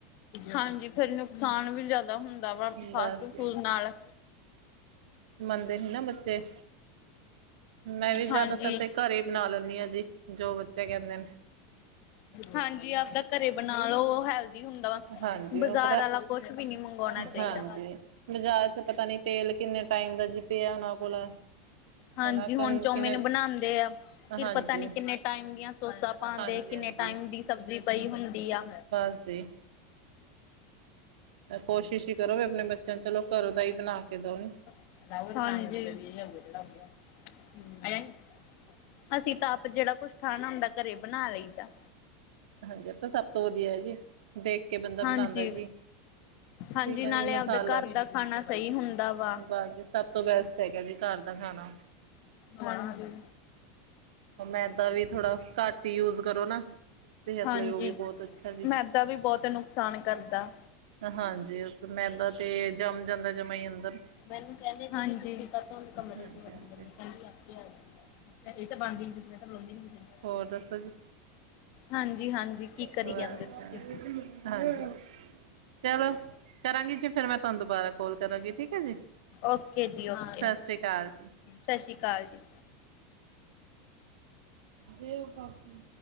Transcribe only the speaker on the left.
ਹਾਂਜੀ ਫੇਰ ਨੁਕਸਾਨ ਵੀ ਜਾਦਾ ਹੁੰਦਾ। ਅਪਣਾ ਫਾਸਟ
ਫੂਡ ਨਾਲ।
ਹਾਂਜੀ
ਹਾਂਜੀ, ਆਪਦਾ ਘਰੇ ਬਣਾ ਲਓ ਓ ਹੈਲ ਹੁੰਦਾ ਵਾ,
ਬਜ਼ਾਰ
ਵਾਲਾ ਕੁਛ ਵੀ ਨੀ ਮੰਗਵਾਉਣਾ ਚਾਹੀਦਾ।
ਹਾਂਜੀ
ਹੁਣ ਚੌਮਿਨ
ਬਣਾਂਦੇ ਐ, ਫਿਰ
ਪਤਾ ਨੀ ਕਿੰਨੇ ਕਿੰਨੇ ਟਾਈਮ ਦੀਆਂ ਸੋਸਾ ਪਾਉਂਦੇ,
ਕਿੰਨੇ
ਟਾਈਮ ਦੀ ਸਬਜ਼ੀ ਪਈ ਹੁੰਦੀ ਆ।
ਹਾਂਜੀ ਅਸੀਂ ਤਾਂ ਆਪ ਜਿਹੜਾ ਕੁਛ ਖਾਣਾ ਹਦਾ ਘਰੇ ਬਣਾ ਲਈਦਾ
ਹਾਂਜੀ
ਹਾਂਜੀ
ਨਾਲੇ
ਆਪਦੇ
ਘਰ ਦਾ ਖਾਣਾ ਸਹੀ ਹੁੰਦਾ ਵਾ
ਹਾਂਜੀ
ਹਾਂਜੀ
ਮੈਦਾ ਵੀ ਬਹੁਤ ਨੁਕਸਾਨ ਕਰਦਾ
ਮੈਨੂੰ ਕਹਿੰਦੇ ਹਾਂਜੀ ਕਮਰੇ
<unintelligible>
ਇਹ ਤਾਂ ਬਣਦੀ ਨੀ ਕਿਸੇ ਨੇ ਤਾਂ ਬਲਾਉਂਦੀ ਨੀ ਕਿਸੇ ਨੇ
ਹਾਂਜੀ-ਹਾਂਜੀ
ਕੀ ਕਰੀ ਜਾਂਦੇ ਤੁਸੀਂ?
ਓਕੇ ਜੀ ਓਕੇ
ਸਤਿ ਸ਼੍ਰੀ ਅਕਾਲ ਜੀ